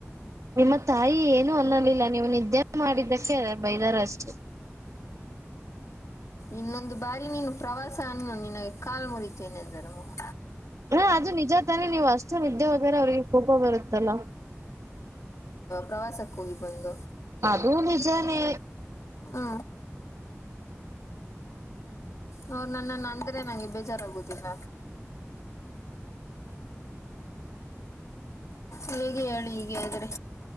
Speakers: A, on the right; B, on the left.
A: ನಿಮ್ಮ ತಾಯಿ ಏನು ಅನ್ನೋಲಿಲ್ಲ ನೀವು ನಿದ್ದೆ ಮಾಡಿದ್ದಕ್ಕೆ ಬೈದಾರ ಅಷ್ಟೆ <unintelligible>
B: ಇನ್ನೊಂದು ಬಾರಿ ನೀನು ಪ್ರವಾಸ ಅನ್ನ ನಿಿನಗೆ ಕಾಲ್ ಮುರಿತೇನೆಂದರು ಮಮ್ಮ
A: <inaudible> ಹಾ ಅದು ನಿಜ ತಾನೆ ನೀವು್ ಅಷ್ಟು ನಿದ್ದೆ ಹದರೆ ಅವ್ರಿಗೆ ಕಪ ಬರುತ್ತಲ್ಲ
B: ಪ್ರವಾಸಕ್ಕ ಹೋಗಿ ಬಂದು
A: ಅದ ನಿಜಾನೆ
B: ಹ್ಮ ಅವರು ನನ್ನನ್ನ ಅಂದ್ರೆ ನಂಗೆ ಬೇಜಾರಾಗುದಿಲ್ಲ ಹೇಗೆ ಹೇಳಿ ಹೀಗೆ ಆದ್ರೆ